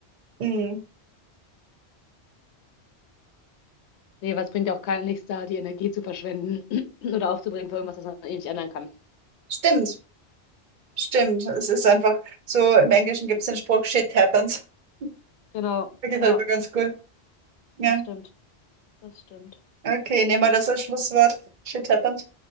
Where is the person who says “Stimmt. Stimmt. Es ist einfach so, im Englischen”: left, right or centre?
Right